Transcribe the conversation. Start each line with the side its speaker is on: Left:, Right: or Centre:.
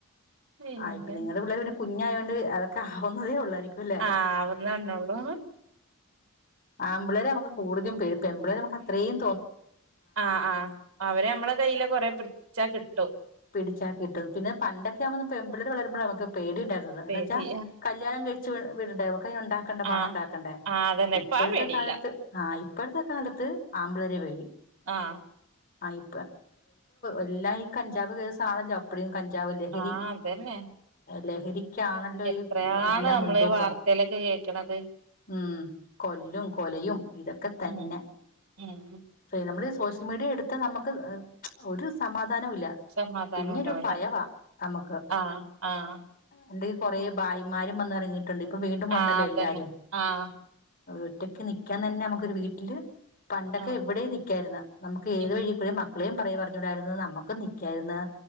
Right: പിന്നെ
Left: ആപ്പ നിങ്ങളടെ പിള്ളേ പിന്നെ കുഞ്ഞ ആയോണ്ട് അതൊക്കെ ആവുന്നതേ ഉള്ളായിരിക്കും അല്ലേ
Right: ആ അവന്നണോള്ളൂ
Left: ആമ്പിളരെ നമുക്ക് കൂടുതും പേരുപ്പ എമ്പിളരെ നമുക്ക് അത്രയും
Right: ആ ആ അവരെ നമ്മള കയ്യില കൊറെ പിച്ച കിട്ട
Left: പിടിച്ചാക്കിട്ടു പിന്നെ പണ്ടൊെ ആവുമ്പ എമ്പിള വളരുമ്പോഴ നുക്ക് പേടി ഉണ്ടായിരുന്നത് എന്താവെച്ചാ
Right: പേടി
Left: കല്യാണം കഴിച്ചച്ച് വിടണ്ട നക്ക ഉണ്ടാക്കണ്ട പണം
Right: ആഹ്
Left: ഉണ്ടാക്കണ്ടേ
Right: ആഹ് അതന്നെ
Left: ഇപ്പോഴത്തെ
Right: ഇപ്പ ആ പേടിയില്ല
Left: കാലത്ത് ആ ഇപ്പോഴത്തെ കാലത്ത് ആമ്പിളരെ പേടി
Right: ആ
Left: ആ ഇ എല്ലാം ഈ കഞ്ചാബ് കേസാണല്ലോ അപ്പടും കഞ്ച ലഹരി
Right: ആഹ് അതന്നെ
Left: ല ക്കണല്ലോ
Right: എത്രയാണ്
Left: ഈ എല്ലാം
Right: നമ്മള്
Left: മുൻതോക്കം
Right: വാർത്തയിലൊക്കെ കേക്കണത്
Left: ഉം കൊല്ലും കൊലയും ഇതൊക്കെ തന്നെ
Right: ഉം ഉം
Left: നമ്മള് സോഷ്യൽ മീഡിയ എടുത്താൽ നമുക്ക് ഒരു സമാധാനം
Right: സമാധാനം
Left: പിന്നെരു
Right: ഉണ്ടാവില്ല
Left: ഫയവ നമുക്ക്
Right: ആഹ് ആഹ്
Left: എന്ത കൊറേ ഭായിമാരും വന്ന ഇറങ്ങിയിട്ടുണ്ട് ഇപ്പൊ വീണ്ടും വന്നല്ലോ
Right: ആഹ് അതന്നെ
Left: എല്ലാരും
Right: ആഹ്
Left: ഒറ്റക്കെ നൽക്കാൻ തന്നെ നമുക്കൊരു വീട്ടില് പണ്ടൊക്കെ
Right: ആഹ്
Left: എവിടെയും നിക്കായിരുന്ന നമുക്ക് ഏത്
Right: ഉം
Left: വഴി കൂടെ മക്കളെയും പറ പറഞ്ഞൂടായിന്ന് നമ്മുക്ക് നിക്കായിന്ന്